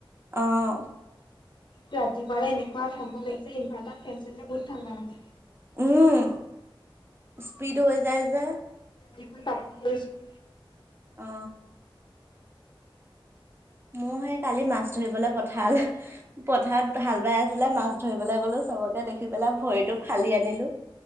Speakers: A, on the right (about 25°); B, on the left (about 60°).
A: অহ
B: ৰাতিপুৱালে এনেকুৱা ঠাণ্ডা লাগিছে ইনভাৰ্টাৰ ফেন চলিলে বহুত ঠাণ্ডা লাগে
A: উম স্পীড হৈ যায় যে
B: মই কাপোৰ লৈছোঁ
A: অ মোৰ সেই কালি মাছ ধৰিবলে পথাৰলে পথাৰত হাল বাই আছে আছিলে মাছ ধৰিবলে গলো চবকে দেখি পেলাই ভৰিটো ফালি আনিলোঁ